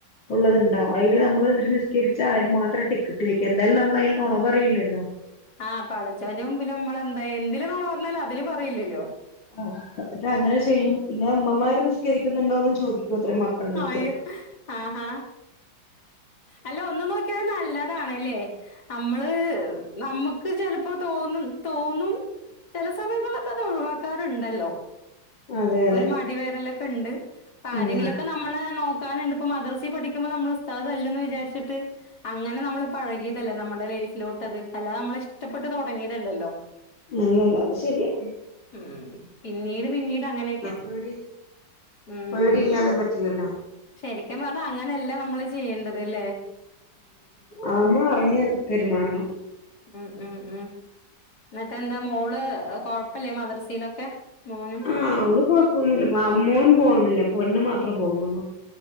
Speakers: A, on the left; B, on the left.
A: ഉള്ളത്ണ്ടാ അതില് നമ്മള് ഇര് നിസ്കരിച്ച ആര് മാത്രം ടിക്കറ്റ് വെക്ക എന്തായാലും നമ്മൾ അതിൽനുണ പററിയില്ലല്ലോ
B: ആഹ് പടച്ചവന്റെ മുമ്പില് നമ്മളെന്താ എന്തൽ നൊണ പറഞ്ഞാലും അതില് പറയില്ലല്ലോ
A: ആ അട്ട് അങ്ങനെ ചെയ്യും പിന്നെ ഉമ്മമാര് നിസ്കരിക്കുന്നുണ്ടോന്ന് ചോദിക്കും അത്രേ മക്കളടുത്ത്
B: അയ്യോ ആഹാ അല്ല ഒന്ന്ു നോക്കിയാ നല്ലതാണല്ലേ നമ്മള് നമുക്ക് ചിലപ്പോ തോന്നും തോന്നും ചില സമയങ്ങളൊക്കെ അത് ഒഴിവാക്കാറുണ്ടല്ലോ
A: അതെ അതെ
B: ഒരു മടിവേരലൊക്കെ ഉണ്ട് അപ്പ
A: ഉം
B: ആരെങ്കിലുമൊക്കെ നമ്മള് നോക്ക അങ്ങനെണ്ട് മദർസി പഠിക്ക്പോ നമ്മൾ ഉസ്താ ന്ന് വിചാരിച്ചിട്ട് അങ്ങനെ നമ്മള് പഴകിയതല്ലേ നമ്മുടെ ലൈഫിലോട്ട് അത് അല്ലാത നമ്മള ഇഷ്ട്ട പെട്ട് തൊ തുടങ്ങിയതല്ലല്ലോ
A: അല്ലല്ല അത് ശെരിയാ
B: ഉം പിന്നീട് പിന്നീട് അങ്ങനെയൊക്കെയ
A: പേടി
B: ഉം
A: പേടിയില്ലാതെ പറ്റില്ലല്ലോ
B: ശരിക്കും പറഞ്ഞാ അങ്ങനെയല്ല നമ്മള് ചെയ്യേണ്ടത്ല്ലേ
A: ആ അമ്മ അറിഞ്ഞ് പെരുമാറണം
B: ഉം ഉം ഉം എന്നട്ട എന്താ മോള് കൊഴപ്പില്ലേ മദ്രസയിലൊക്കെ മോനും
A: ആഹ് അവള് കൊഴപ്പന്നില്ല മോൻ പോണുന്നില്ല പൊന്നു മാത്രം പോന്നള്ളൂ